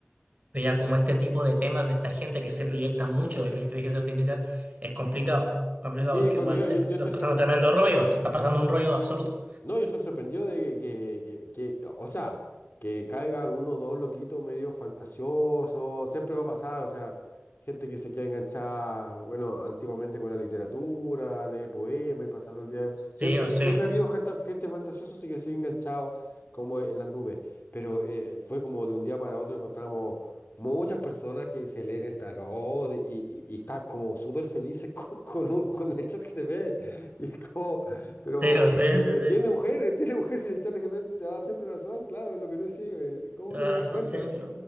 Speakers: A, on the right; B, on the left.
A: Pero ya como este tipo de temas de esta gente que se proyecta mucho en la inteligencia artificial es complicado, complicado
B: Sí,
A: porque
B: Claudio,
A: igual se,
B: yo,
A: se
B: yo yo
A: está
B: estoy
A: pasando
B: sorprendido.
A: tremendo rollo, nos está pasando un rollo absoluto.
B: No, yo estoy sorprendido de que, que, que, que, o sea, que caigan uno o dos loquitos medio fantasiosos, siempre va a pasar, o sea, gente que se queda enganchada, bueno, antiguamente con la literatura, lee poemas y pasa todo el día.
A: Sí
B: Siempre,
A: o sí,
B: siempre ha habido gente, gente fantasiosa así que se ha enganchado como en las nubes, pero eh, fue como de un día para otro encontramos muchas personas que se leen el tarot y, y- y están como súper felices <laughs> con, con, un, con el chat GTP, y es como... Pero
A: sí o sí, sí,
B: Entiende
A: sí,
B: mujer, entiende mujer, si <laughs> el chat GPT te va a dar siempre razón, claro, es lo que tú decís, eh, ¿cómo
A: la
B: no te das
A: razón
B: cuenta?
A: siempre.